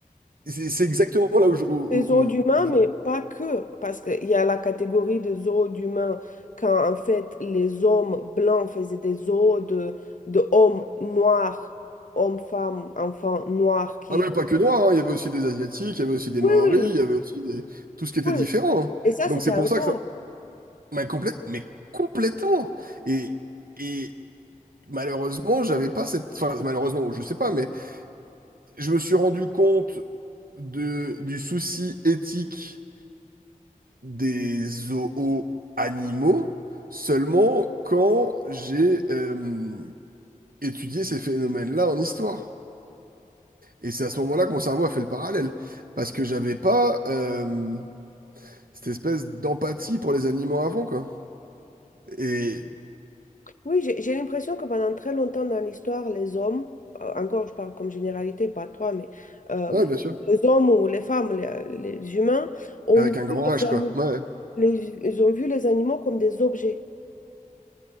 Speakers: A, on the right; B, on the left.
A: c'est c'est exactement là où je, où- où-
B: Des zoos d'humains,
A: où
B: mais pas que. Parce qu'il y a la catégorie des zoos d'humains quand, en fait, les hommes blancs faisaient des zoos de, de hommes noirs, hommes, femmes, enfants noirs qui...
A: Ah ouais, pas que noirs, hein, Il y avait aussi des Asiatiques, il y avait aussi des
B: Oui,
A: Maoris,
B: oui,
A: il y avait aussi des... tout ce qui était
B: oui.
A: différent. hein.
B: Et ça,
A: Donc
B: c'était
A: c'est
B: un
A: pour ça
B: zoo.
A: que ça... Mais, complète... Mais complètement! Et... et malheureusement, j'avais pas cette... Enfin, malheureusement, ou je sais pas, mais je me suis rendu compte de... du souci éthique des zoos animaux seulement quand j'ai euh, étudié ces phénomènes-là en histoire. Et c'est à ce moment-là que mon cerveau a fait le parallèle. Parce que j'avais pas... euh, Cette espèce d'empathie pour les animaux avant, quoi. Et
B: Oui, j'ai j'ai l'impression que pendant très longtemps dans l'histoire, les hommes, euh, encore je parle comme généralité, pas toi, mais euh,
A: Ouais, bien sûr.
B: les hommes ou les femmes, les, les humains, ont
A: avec un grand
B: vu les,
A: H,
B: ani-
A: quoi. Ouais.
B: les- ils ont vu les animaux comme des objets.